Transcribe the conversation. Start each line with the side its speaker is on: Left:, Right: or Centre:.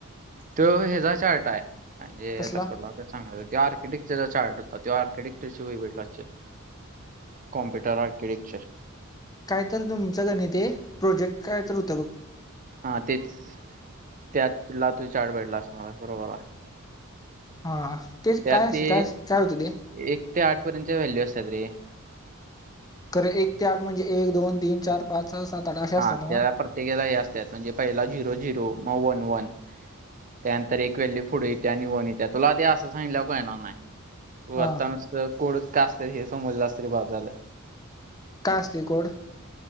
Right: तो याचा चार्टा आहे म्हणजे
Left: कसला
Right: आता तूला. सांगय ते आर्कटेक्चर चार्ट होता. ते आर्कटक्चरची भेट ग. कम्प्युटर आर्किटेक्चर
Left: काय तर तुमचं गणित ते प्रोजेक्ट काय तर होतं बघ.
Right: हां तेच त्यातला तूला तो चार्ट भेटला असणार., बरोबर आहे.
Left: हा तेच
Right: त्यात
Left: काय,
Right: ते
Left: काय, काय होतं ते.
Right: एक ते आठ पर्यंतच्या व्हॅल्यू असतात रे.
Left: खरं एक ते आठ म्हणजे एक, दोन, तीन, चार, पाच, सहा, सात आठ असे असतात
Right: हा
Left: ना
Right: त्याला प्रत्येकदा हे असतात, म्हणजे पहिला झिरो, झिरो मग वन, वन त्यानंतर एक व्हॅल्यू पुढे येत्या नि वन येत्या तुला ते असं सांगल्याळणार नाही. तू
Left: हा
Right: आत्ता नुस्त कोड काय असत हे समजलं असतरी बास झाला.
Left: काय असते कोड?